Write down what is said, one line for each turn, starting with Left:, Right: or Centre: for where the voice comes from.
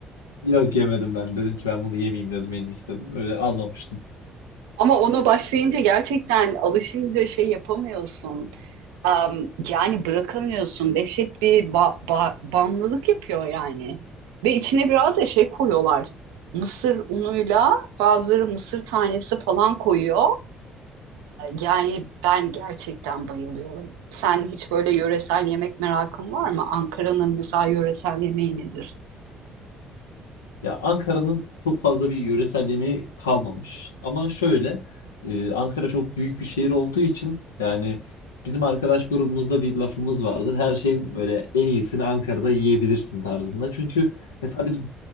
Left: Yok yemedim ben dedim ki ben bunu yemeyeyim dedim en iyisi dedim. Öyle almamıştım.
Right: <laughs> Ama ona başlayınca gerçekten alışınca şey yapamıyorsun. Am, yani bırakamıyorsun. Dehşet bir ba ba- bağımlılık yapıyor yani. Ve içine biraz da şey koyuyorlar. Mısır unuyla bazıları mısır tanesi falan koyuyor. Yani ben gerçekten bayılıyorum. Sen hiç böyle yöresel yemek merakın var mı? Ankara'nın mesela yöresel yemeği nedir?
Left: Ya Ankara'nın çok fazla bir yöresel yemeği kalmamış. Ama şöyle, e, Ankara çok büyük bir şehir olduğu için yani bizim arkadaş grubumuzda bir lafımız vardır. Her şeyin böyle en iyisini Ankara'da yiyebilirsin tarzında. Çünkü mesela biz